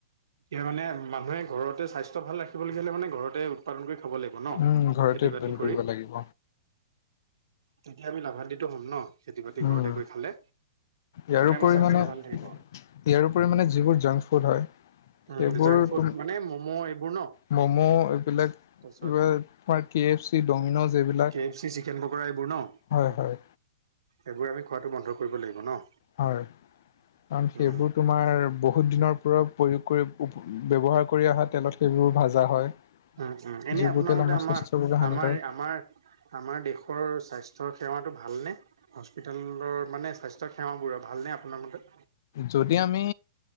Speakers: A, on the right; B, on the left.
A: ইয়াৰ মানে মানুহে ঘৰতে স্বাস্থ্য ভাল ৰাখিবলগীয়া হ'লে মানে ঘৰতে উৎপাদন কৰি খাব লা ন?
B: উম ঘৰতে
A: খেতি
B: উৎপাদন
A: বাতি
B: কৰিব
A: কৰি।
B: লাগিব
A: তেতিয়া আমি লাভাল্বিতো হ'ম ন, খেতি-বাতি
B: উম
A: ঘৰতে কৰি খালে।
B: ইয়াৰোপৰি
A: আমাৰ স্বাস্থ্যটো
B: মানে,
A: ভাল থাকিব
B: ইয়াৰোপৰি মানে যিবোৰ জাংক ফুড হয়।
A: উম,
B: সেইবোৰ
A: জাংক ফুড মানে, ম'ম' এইবোৰ ন।
B: ম'ম' এইবিলাক
A: তাৰপিছত,
B: কিবা তোমাৰ কে এফ চি ডমিন'জ এইবিলাক
A: K F C, chicken pakora, এইবোৰ ন।
B: হয় হয়
A: এইবোৰ আমি খোৱাটো বন্ধ কৰিব লাগিব ন।
B: হয়, কাৰন, সেইবোৰ
A: উম
B: তোমাৰ বহুত দিনৰ পৰা, প্ৰয়োগ কৰি ব্যৱহাৰ কৰি অহা তেলত সেইবোৰ ভাজা হয়,
A: উম উম এনে
B: যিবোৰ
A: আপোনাৰ
B: তেল
A: মতে
B: আমাৰ স্বাস্থ্যৰ বাবে হানিকাৰক।
A: আমাৰ আমাৰ আমাৰ দেশৰ স্বাস্থ্য সেৱাটো ভালনে? হস্পিটেলৰ মানে, স্বাস্থ্য সেৱাবোৰ, ভালনে আপোনাৰ মতে?
B: যদি, আমি